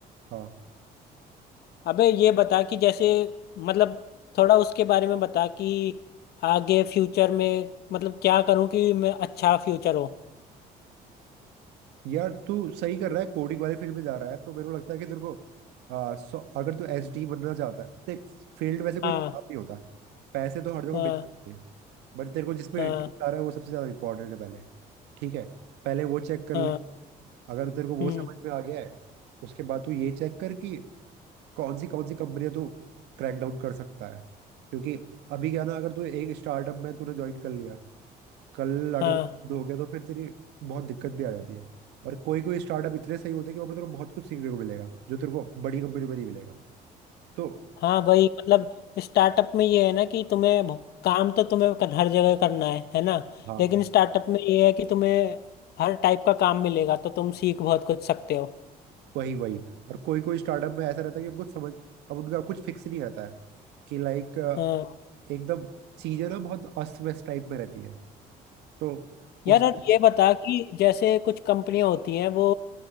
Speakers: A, on the right; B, on the left.
A: हाँ
B: अबे ये बता कि जैसे मतलब थोड़ा उसके बारे में बता कि आगे फ्यूचर में मतलब क्या करूं कि मैं अच्छा फ्यूचर हो
A: यार तू सही कर रहा है कोडिंग वाले फील्ड में जा रहा है तो मेरे को लगता है कि तेरे को आ, सौ- अगर तू एस डी बनना चाहता है देख फील्ड वैसे कोई
B: हाँ
A: खराब नहीं होता पैसे तो हर जगह
B: हाँ
A: मिलते हैं बट तेरे को जिसमें
B: हाँ
A: इंटरेस्ट आ रहा है वो सबसे ज़्यादा इंपॉर्टेंट है पहले ठीक है पहले वो चेक कर
B: हाँ
A: ले अगर तेरे को वो
B: हम्म
A: समझ में आ गया है उसके बाद तू ये चेक कर कि कौन सी कौन सी कंपनियां तू क्रैक डाउन कर सकता है क्योंकि अभी क्या ना अगर तू एक स्टार्टअप में तूने ज्वाइन कर लिया कल अगर
B: हाँ
A: वो बंद हो गया तो फिर तेरी बहुत दिक्कत भी आ जाती है और कोई कोई स्टार्टअप इतने सही होते हैं कि वहाँ पर तेरे को बहुत कुछ सीखने को मिलेगा जो तेरे को बड़ी कंपनी पर नहीं मिलेगा तो
B: हाँ भाई मतलब स्टार्टअप में ये है ना कि तुम्हें भ- काम तो तुम्हें कर- हर जगह करना है है ना
A: हाँ
B: लेकिन स्टार्टअप में ये है कि तुम्हें हर टाइप का काम मिलेगा तो तुम सीख बहुत कुछ सकते हो
A: वही वही और कोई कोई स्टार्टअप में ऐसा रहता है कि उनको समझ अब उनका कुछ फिक्स नहीं रहता है कि लाइक
B: हाँ
A: एकदम चीजें ना बहुत अस्त व्यस्त टाइप में रहती है तो उस
B: यार और ये बता कि जैसे कुछ कंपनियां होती हैं वो